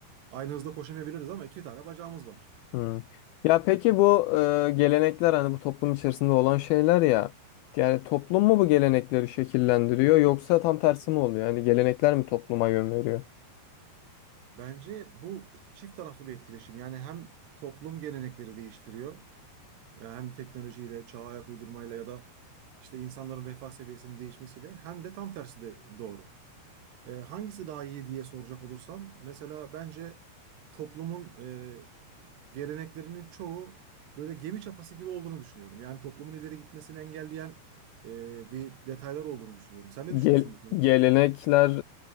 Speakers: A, on the right (about 70°); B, on the left (about 85°).
A: aynı hızda koşamayabiliriz ama iki tane bacağımız var.
B: Hmm. Ya peki bu e, gelenekler hani bu toplum içerisinde olan şeyler ya. Yani toplum mu bu gelenekleri şekillendiriyor yoksa tam tersi mi oluyor? Yani gelenekler mi topluma yön veriyor?
A: Bence bu çift taraflı bir etkileşim. Yani hem toplum gelenekleri değiştiriyor, yani hem teknolojiyle, çağa ayak uydurmayla ya da işte insanların refah seviyesinin değişmesiyle hem de tam tersi de doğru. E, hangisi daha iyi diye soracak olursam, mesela bence toplumun e, geleneklerinin çoğu böyle gemi çapası gibi olduğunu düşünüyorum. Yani toplumun ileri gitmesini engelleyen e, bir detaylar olduğunu düşünüyorum. Sen ne düşünüyorsun
B: Gel-
A: bu konuda?
B: gelenekler